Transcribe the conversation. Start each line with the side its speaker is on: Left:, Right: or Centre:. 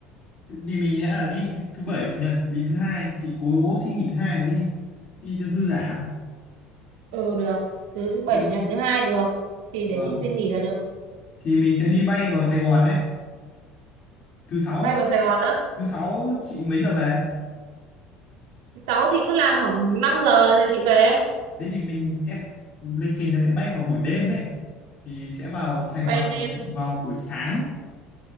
Left: Đi mình sẽ là đi thứ, thứ bảy chủ nhật vì thứ hai chị cố xin nghỉ thứ hai nữa đi. Đi cho dư giả.
Right: Ừ được, thứ bảy
Left: Mình
Right: chủ
Left: đi.
Right: nhật thứ hai được. Thì để
Left: Vâng.
Right: chị xin nghỉ là được.
Left: Thì mình sẽ đi bay vào Sài Gòn đấy. Thứ sáu
Right: Bay vào Sài Gòn đó.
Left: thứ sáu chị mấy giờ về?
Right: Thứ sáu thì cứ làm khoảng 5 giờ rồi chị về.
Left: Thế thì mình em lịch trình là sẽ bay vào buổi đêm ấy thì sẽ vào Sài
Right: Bay
Left: Gòn
Right: đêm,
Left: vào buổi sáng.